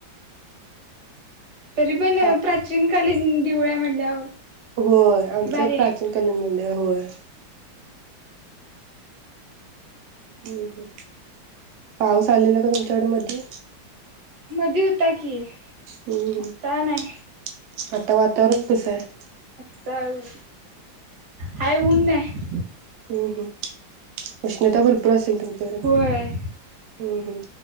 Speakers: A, on the right; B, on the right.
A: तरी पण
B: आ
A: प्राचीन लीन दिवाळी हाय म्हटल्यावर
B: होय आमचं
A: भारी आहे
B: प्राचीन कलेमध्ये होय <inaudible> हम्म ह पाऊस आलेला का गं तुमच्याकड मधी?
A: मधी हूता की
B: हम्म
A: आत्ता
B: ह
A: नाही
B: आता वातावरण तसं हाय
A: काय ऊ हाय ऊन नाही
B: हम् हम् उष्णता भरपूर असेल तुमच्याकडं
A: होय
B: हम्म हम्